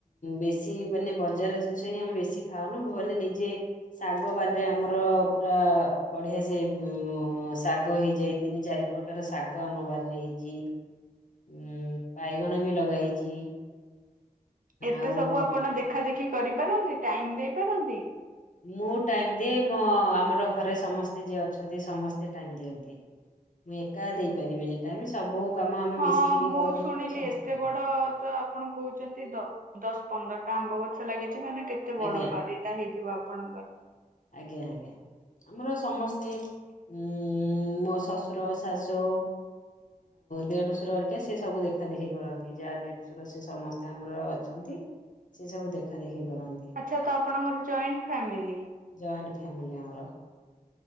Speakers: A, on the left; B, on the right.
A: ବେଶୀ ମାନେ ବଜାର ଜିନିଷ ହିଁ ଆମେ ବେଶି ଖାଉନୁ ମାନେ ନିଜେ ଶାଗ ବାରିରେ ଆମର ପୁରା ବଢିଆ ସେ ଉଁ ଶାଗ ହେଇ ଯାଇ ତିନି ଚାରି ପ୍ରକାରର ଶା ଗ ଆମ ବାରିରେ ହେଇଛି ଉଁ ବାଇଗଣ ବି ଲଗା ହେଇଛି।
B: ଏତେ
A: ଆଉ
B: ସବୁ ଆପଣ ଦେଖା ଦେଖି। କରିପାରନ୍ତି ଟାଇମ ଦେଇପାରନ୍ତି?
A: ମୁଁ ଟାଇମ ଦିଏ ମୋ ଆମର ଘରେ ସମସ୍ତେ ଯିଏ ଅଛନ୍ତି ସମସ୍ତେ ଟାଇମ ଦିଅନ୍ତି। ମୁଁ ଏକା ଦେଇପାରିବିନି ଟାଇମ ସବୁ କାମ ଆମେ
B: ହଁ
A: ମିଶିକିରି
B: ମୁଁ
A: କରଉ
B: ଶୁଣିଲି
A: ଯେହେତୁ ସମସ୍ତେ
B: ଏତେ
A: କରନ୍ତି
B: ବଡ ତ ଆପଣ କହୁଛନ୍ତି ଦଶ ପନ୍ଦରଟା ଆମ୍ବ ଗଛ ଲାଗି ମାନେ କେତେ ବଡ
A: ଆଜ୍ଞା
B: ବାଡିଟା ହେଇଥିବ। ଆପଣଙ୍କ।
A: ଆଜ୍ଞା ଆଜ୍ଞା ଆମର ସମସ୍ତେ ଉ ମୋ ଶଶୁର ଶାଶୁ ଦେଢଶୁରହେରିକା ସେ ସବୁ ଦେଖା ଦେଖି କରନ୍ତି ଯାହା ଦେଢଶୁର ସେ ସମସ୍ତେ ଆମର ଅଛନ୍ତି ସେ ସବୁ ଦେଖା ଦେଖି। କରନ୍ତି
B: ଆଚ୍ଛା ତ ଆପଣଙ୍କର ଜଏଣ୍ଟ ଫ୍ୟାମିଲି।
A: ଜଏଣ୍ଟ ଫ୍ୟାମିଲି ଆମର।